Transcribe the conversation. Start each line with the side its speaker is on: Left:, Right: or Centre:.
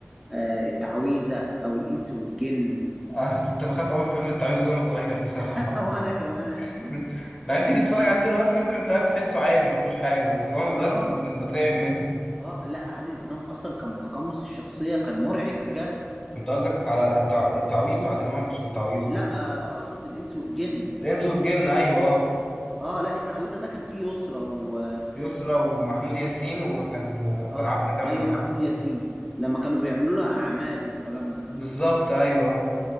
Centre: آه، التعويذة او الانس والجن
Left: <laughs> انا كنت بخاف قوي من فيلم التعويذة ده وانا صغير بصراحة
Centre: <laughs> وانا كمان
Left: <laughs> مع ان تيجي تتفرج عليه دلوقتي ممكن فاهم تحسه عادي ما فيهوش حاجة بس وانا صغير
Centre: اه
Left: كنت بترعب منه
Centre: اه لا عادل امام اصلا كان متقمص الشخصية كان مرعب بجد
Left: انت قصدك على التع... التعويذة عادل امام ما كانش في التعويذة
Centre: لا آه، اقصد الانس والجن
Left: الانس والجن ايوه اه
Centre: اه لا التعويذة ده كان فيه يسرى و
Left: يسرا ومحمود ياسين وكان وكان
Centre: اه
Left: عبده كامل
Centre: ايوه
Left: معاه
Centre: محمود ياسين لما كانوا بيعملوا لها اعمال والكلام ده
Left: بالظبط ايوه